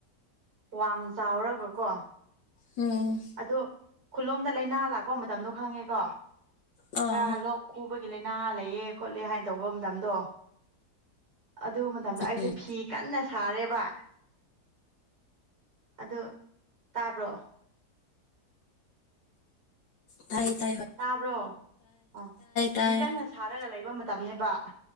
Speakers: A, on the right (about 85°); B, on the left (about 85°).
A: ꯋꯥꯡ ꯆꯥꯎꯔꯒ ꯀꯣ
B: ꯎꯝ
A: ꯑꯗꫭ ꯈꯨꯜꯂꯣꯝꯗ ꯂꯥꯏꯅꯥ ꯂꯥꯛꯄ ꯃꯇꯝꯗꯣ ꯈꯪꯉꯦꯀꯣ
B: ꯑꯥ
A: ꯈꯔ ꯂꯣꯛ ꯈꯨꯕꯒꯤ ꯂꯥꯏꯅꯥ ꯂꯩꯌꯦ ꯈꯣꯠꯂꯦ ꯍꯥꯏꯅ ꯇꯧꯕ ꯃꯇꯝꯗꯣ ꯑꯗꯨ ꯃꯇꯝꯗ ꯑꯩꯁꯦ
B: ꯎꯝ
A: ꯐꯤ ꯀꯟꯅ ꯁꯥꯔꯦꯕ ꯑꯗꯨ ꯇꯥꯕ꯭ꯔꯣ
B: ꯇꯥꯏꯌꯦ ꯇꯥꯏꯌꯦ ꯍ
A: ꯇꯥꯕ꯭ꯔꯣ ꯑ ꯐꯤ
B: ꯇꯥꯏ
A: ꯀꯟꯅ ꯁꯥꯔꯒ ꯂꯩꯕ ꯃꯇꯝꯅꯦꯕ